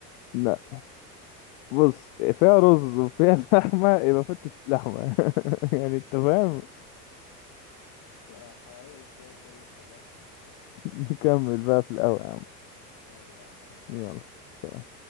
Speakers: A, on the left (about 55°); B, on the left (about 40°).
A: لا بص فيها رز وفيها <laughs> لحمة يبقى فتة لحمة <laughs> يعني انت
B: <laughs>
A: فاهم
B: صح هاي السؤال ده اللي فضحني
A: نكمل بقى في الأول يا عم
B: يلا يا عم ماشي
A: يلا سلام